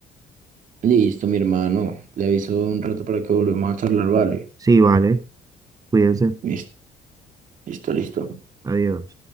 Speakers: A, on the right; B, on the right.
A: Listo, mi hermano. Le aviso un rato para que volvamos a charlar, ¿vale?
B: Sí, vale, cuídense,
A: Listo, listo, listo.
B: adiós.